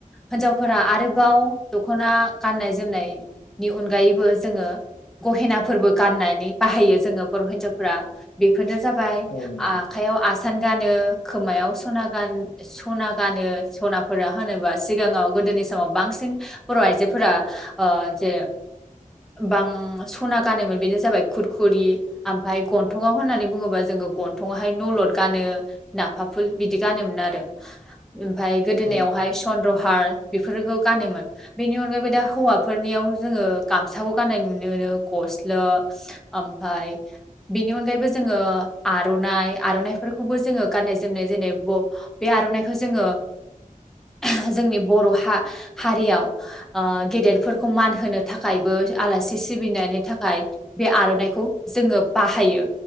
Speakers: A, in the centre; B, on the left.
A: हिनजावफोरा आरोबाव दख'ना गाननाय जोमनाय नि अनगायैबो जोङो। गहेनाफोरबो गाननायनै बाहायो जोङो बर' हिन्जावफोरा बेफोरनो जाबा
B: औ नोंथां
A: आखायाव आस सान गानो खोमायाव सना गान सना गानो सनाफोरा होनोबा सिगाङाव गोद दोनि समाव बांसिन बर' आइजोफोरा ओ जे बां सना गानोमोन बेनो जाबाय खुरखुरि ओमफाय गन्थंङाव होननानै बुङोबा जोङो ग गन्थंहाय नलद गानो नाफा फुल बिदि गानोमोन आरो। ओमफय गोदोनायावहाय
B: औ
A: चन्द्रहार बेफोरखौ गानोमोन बेनि अनगायैबो दा हौवाफोरनियाव जोंङो गामसाखौ गाननाय नुनो मोनो ग स्ला ओमफाय बेनि अनगायैबो जोङो आर'नाइ आर'नाइफोरखौबो जोङो गाननाय जोमनाय जेनै बे आर'नाइखौ जोङो <inaudible> जोंनि बर' हा हारियाव गेदेरफोरखौ मान होनो थाखायबो आलासि सिबिनायनि थाखाय बे आर'नाइखौ जोङो बाहायो